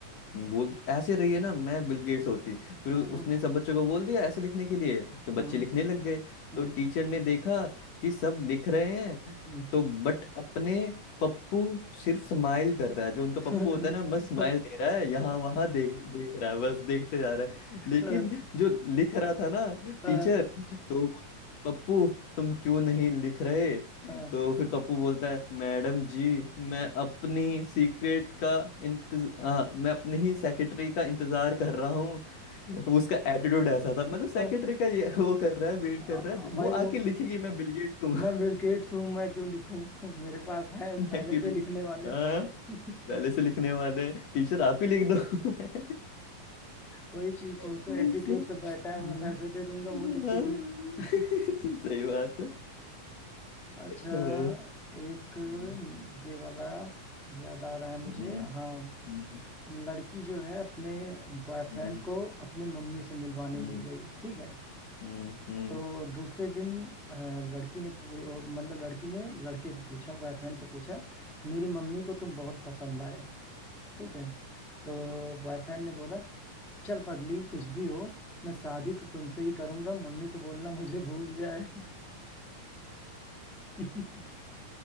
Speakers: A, on the left; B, in the centre.
A: बोल ऐसे रही है ना मैं बिल गेट्स होती फिर
B: हम्म
A: उसने सब बच्चों को बोल दिया ऐसे लिखने के लिए तो बच्चे
B: हम्म
A: लिखने लग गए
B: हम्म,
A: तो टीचर ने देखा कि सब लिख रहे हैं
B: हम्म।
A: तो बट अपने पप्पू सिर्फ स्माइल कर रहा है जो उनका
B: <laughs>
A: पप्पू होता है ना बस स्माइल दे रहा है यहाँ वहां देख देख रहा है बस देखते जा रहा है लेकिन
B: हाँ
A: जो लिख रहा था ना
B: हाँ
A: टीचर तो वो, पप्पू तुम क्यों नहीं लिख रहे
B: हाँ,
A: तो फिर पप्पू बोलता है मैडम जी मैं अपनी सीक्रेट का इंतज हाँ, मैं अपनी ही सेक्रेटरी का इंतजार कर रहा हूँ उसका एटीट्यूड ऐसा था मतलब
B: हाँ।
A: सेक्रेटरी का ये वो कर रहा है वेट
B: आ-
A: कर रहा
B: आ-
A: है वो
B: भाई
A: आके
B: वो
A: लिखेगी मैं बिल गेट्स हूँ
B: मैं बिल गेट्स हूँ मैं क्यों लिखूं <laughs> मेरे पास
A: <laughs>
B: है
A: मैं
B: पहले
A: क्यों
B: से
A: लिखी
B: लिखने वाले
A: हाँ।
B: <laughs>
A: पहले से लिखने वाले टीचर आप ही लिख दो <laughs>
B: वही चीज वो
A: ऐसा।
B: तो एटीट्यूड
A: हम्म,
B: से बैठा है मैं पैसे दे दूंगा वो लिख
A: हाँ।
B: देंगे <laughs>
A: <laughs> सही बात है
B: अच्छा
A: हाय।
B: एक
A: हम्म,
B: न, ये वाला याद आ रहा है मुझे
A: हम्म,
B: हाँ
A: हम्म,
B: लड़की जो है अपने बॉयफ्रेंड
A: हम्म,
B: को अपने मम्मी से मिलवाने
A: हम्म,
B: ले गई ठीक है
A: हम्म, हम्म।
B: तो दूसरे दिन अ, लड़की ने पू- अ, मतलब लड़की ने लड़के से पूछा बॉयफ्रेंड से पूछा मेरी मम्मी को तुम बहुत पसंद आए ठीक है तो बॉयफ्रेंड ने बोला चल पगली कुछ भी हो मैं शादी तो तुमसे ही करूंगा मम्मी से बोलना मुझे भूल जाए <laughs> अ,